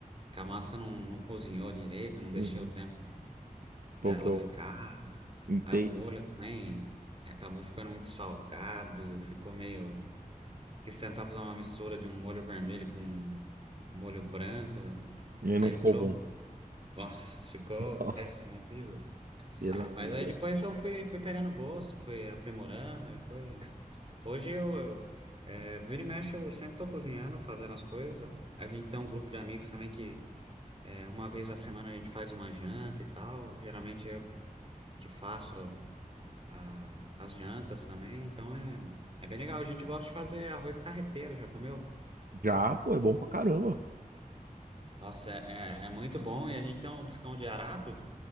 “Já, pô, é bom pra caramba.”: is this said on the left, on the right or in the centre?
Right